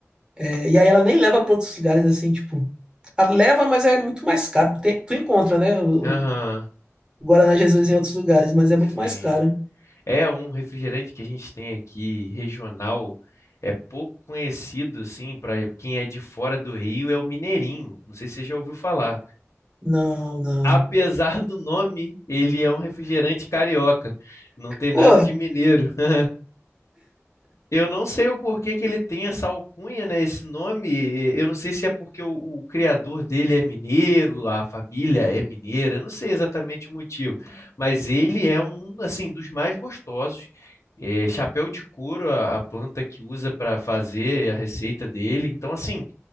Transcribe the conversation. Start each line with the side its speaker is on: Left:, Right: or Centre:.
Right: E aí ela nem leva para outros lugares assim, tipo. A leva, mas é muito mais caro. Tem- tu encontra, né? O,
Left: Aham,
Right: o Guaraná Jesus em outros lugares, mas é
Left: sim.
Right: muito mais caro.
Left: É um refrigerante que a gente tem aqui regional, é pouco conhecido assim pra quem é de fora do Rio, é o Mineirinho. Não sei se você já ouviu falar.
Right: Não, não.
Left: Apesar do nome, ele é um refrigerante carioca. Não tem nada
Right: Pô,
Left: de mineiro. <laughs> Eu não sei o porquê que ele tem essa alcunha, né? Esse nome. Eu não sei se é porque o, o criador dele é mineiro, a família é mineira. Eu não sei exatamente o motivo, mas ele é um assim dos mais gostosos. É, chapéu de couro, a, a planta que usa para fazer a receita dele. Então, assim,